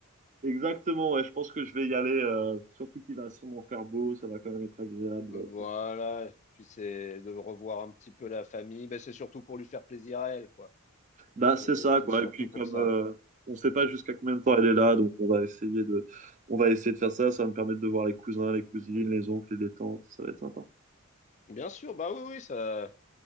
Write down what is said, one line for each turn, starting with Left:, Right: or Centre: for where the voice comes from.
Right: Exactement, ouais, je pense que je vais y aller, euh, surtout qu'il va sûrement faire beau, ça va quand même être agréable.
Left: Voilà,
Right: euh,
Left: puis c'est de revoir un petit peu la famille. Ben, c'est surtout pour lui faire plaisir à elle, quoi.
Right: Bah, c'est
Left: C'est
Right: ça,
Left: c'est
Right: quoi.
Left: surtout
Right: Et puis, comme
Left: pour ça.
Right: euh, on sait pas jusqu'à combien de temps elle est là, donc on va essayer de, on va essayer de faire ça. Ça va me permettre de voir les cousins, les cousines, les oncles et les tantes. Ça va être sympa.
Left: Bien sûr, bah oui, oui, ça,